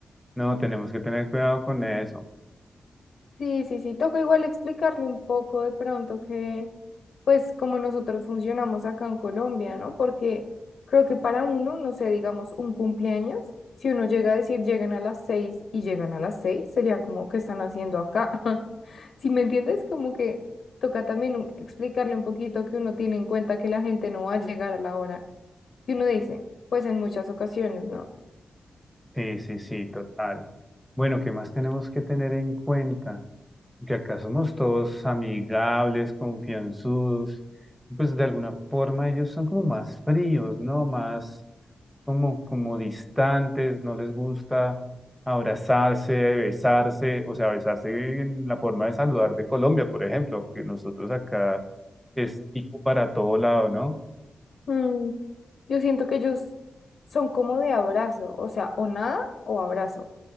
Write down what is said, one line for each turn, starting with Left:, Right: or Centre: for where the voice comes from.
Centre: No, tenemos que tener cuidado con eso.
Left: Sí, sí, sí, toca igual explicarle un poco de pronto que, pues, como nosotros funcionamos acá en Colombia, ¿no? Porque creo que para uno, no sé, digamos, un cumpleaños, si uno llega a decir llegan a las seis y llegan a las seis, sería como, ¿qué están haciendo acá? <laughs> Si me entiendes, como que toca también un- explicarle un poquito que uno tiene en cuenta que la gente no va a llegar a la hora que uno dice, pues en muchas ocasiones, ¿no?
Centre: Sí, sí, sí, total. Bueno, ¿qué más tenemos que tener en cuenta? que acá somos todos amigables, confianzudos, y pues de alguna forma ellos son como más fríos, ¿no? Más como, como distantes, no les gusta abrazarse, besarse, o sea, besarse en la forma de saludar de Colombia, por ejemplo, que nosotros acá es pico para todo lado, ¿no?
Left: Mm, yo siento que ellos son como de abrazo, o sea, o nada o abrazo.